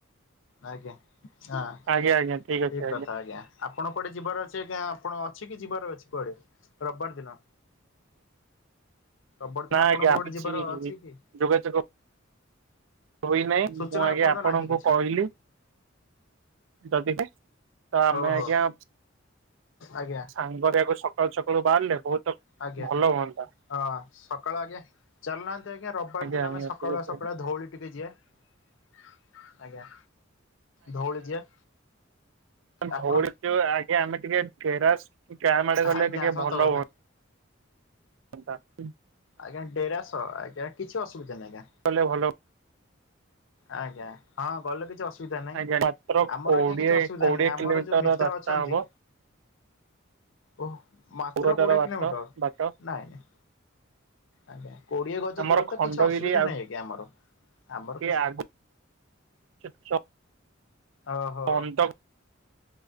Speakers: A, on the left (about 70°); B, on the right (about 75°).
A: ଆଜ୍ଞା <unintelligible>
B: ଆଜ୍ଞା ଆଜ୍ଞା
A: ଠିକ
B: ଅଛି
A: କଥା ଆଜ୍ଞା ଆପଣ କୁଆଡ଼େ ଯିବାର ଅଛି ଆଜ୍ଞା ଆପଣ ଅଛି କି ଯିବାର ଅଛି କୁଆଡ଼େ ରବିବାର ଦିନ? ରବିବାର ଦିନ
B: ନାଁ
A: ଆପଣଙ୍କର
B: ଆଜ୍ଞା
A: ଗୋଟେ
B: କିଛି
A: ଯିବାର ଅଛି କି
B: ଯୋଗାଯୋଗ ହୋଇ ନାହିଁ
A: ସୂଚନା
B: ମୁଁ ଆଜ୍ଞା
A: ଏପର୍ଯ୍ୟନ୍ତ
B: ଆପଣଙ୍କୁ
A: ନାହିଁ କିଛି
B: କହିଲି। <unintelligible> ତ ଆମେ
A: ଓହୋ
B: ଆଜ୍ଞା
A: ଆଜ୍ଞା
B: ସାଙ୍ଗରେଆକୁ ସକାଳୁ ସକାଳୁ ବାହାରିଲେ ବହୁତ
A: ଆଜ୍ଞା
B: ଭଲ ହୁଅନ୍ତା।
A: ହଁ ସକାଳ ଆଜ୍ଞା ଚାଲୁ ନାହାଁନ୍ତି ଆଜ୍ଞା ରବିବାର
B: ଆଜ୍ଞା
A: ଦିନ
B: ଆଜ୍ଞା
A: ଆମେ ସକାଳୁଆ
B: ଠିକ ଅଛି
A: ସକାଳୁଆ ଧଉଳି ଟିକେ ଯିିବା। ଆଜ୍ଞା। ଧଉଳି ଯିବା। ଆପଣ
B: ଧଉଳି ଯିବା ଆଜ୍ଞା ଆମେ ଟିକେ ଗେରାସ୍ ଗ୍ୟାସ୍ ଆଡେଊ ଗଲେ
A: ଆଜ୍ଞା
B: ଟିକେ
A: ସତ
B: ଭଲ
A: କଥା
B: ହୁଅନ୍ତା। <unintelligible>
A: ଆଜ୍ଞା ଡେରାସ ଆଜ୍ଞା କିଛି ଅୁବିଧାହିଁଜ୍ଞା।
B: କଲେ ଭଲ
A: ଆଜ୍ଞା ହଁ ଗଲ କିଛି ଅଶ୍ ସୁବିଧା ନାହିଁ
B: ଆଜ୍ଞା ମାତ୍ର
A: ଆମର
B: କୋଡିଏ
A: ଆଜ୍ଞା କିଛି ଅସୁବିଧା
B: କୋଡିଏ
A: ନାଁ ଆମର
B: କିଲୋମିଟର
A: ଯୋଉ ମିତ୍ର
B: ରାସ୍ତା
A: ଅଛନ୍ତି।
B: ହବ
A: ଓହ ମାତ୍ର
B: ଦୂରତାର
A: କୋଡ଼ିଏ
B: ବାଟ
A: କିଲୋମିଟର
B: ବାଟ ଆଜ୍ଞା
A: ନାଇଁ। ଆଜ୍ଞା କୋଡିଏ ଗଜ
B: ଆମର
A: ଦୂର
B: ଖଣ୍ଡଗିରି
A: ତ କିଛି ଅସୁବିଧା
B: ଆଉ
A: ନାହିଁ ଆଜ୍ଞ ଆମର। ଆମର
B: <unintelligible>
A: କିଛି ଓହୋ।
B: ଅନ୍ଧ